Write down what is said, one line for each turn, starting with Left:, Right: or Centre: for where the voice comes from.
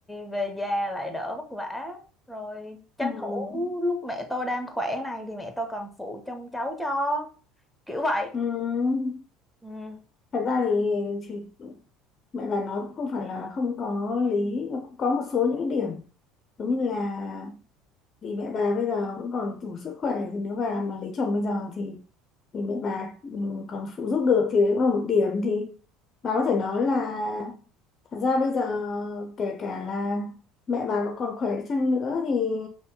Centre: về già lại đỡ vất vả rồi tranh
Left: ừm.
Centre: thủ lúc mẹ tôi đang khỏe này thì mẹ tôi còn phụ trông cháu cho kiểu vậy
Left: ừm.
Centre: ừ.
Left: thật ra thì thì mẹ bà nói cũng không phải là không có lý nó cũng có một số những cái điểm giống như là vì mẹ bà bây giờ vẫn còn đủ sức khỏe thì nếu bà mà lấy chồng bây giờ thì thì mẹ bà ừ, còn phụ giúp được thì đấy cũng là một điểm thì bà có thể nói là thật ra bây giờ kể cả là mẹ bà có còn khỏe chăng nữa thì